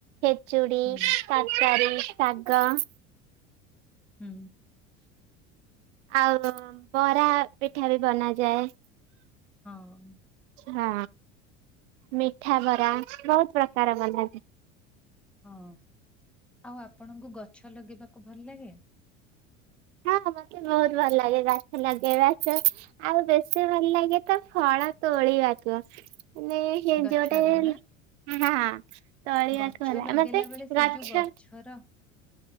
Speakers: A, on the right (about 70°); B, in the centre.
A: ଖେଚୁଡ଼ି
B: ହୁଁ
A: ତରକାରୀ ଶାଗ
B: ହୁଁ।
A: ଆଉ ବରା ପିଠା ବି ବନାଯାଏ।
B: ହଁ।
A: ହଁ ମିଠା ବରା ବହୁତ ପ୍ରକାର ବଣ୍ଟାଯାଏ।
B: ହଁ ଆଉ ଆପଣଙ୍କୁ ଗଛ ଲଗେଇବାକୁ ଭଲ ଲାଗେ।
A: ହଁ ମତେ ବହୁତ ଭଲ ଲାଗେ ଗଛ ଲଗେଇବାକୁ। ଆଉ ବେଶୀ ଭଲ ଲାଗେ ତ ଫଳ ତୋଳିବାକୁ ମାନେ ଇଏ
B: ଗଛରୁ
A: ଯୋଉଟା କହିଲା।
B: ନା
A: ହଁ ତୋଳିବାକୁ
B: ଗଛ
A: ହେଲା
B: ଲଗେଇଲା
A: ମତେ
B: ବେଳେ ସେ
A: ଗଛ
B: ଯୋଉ ଗଛର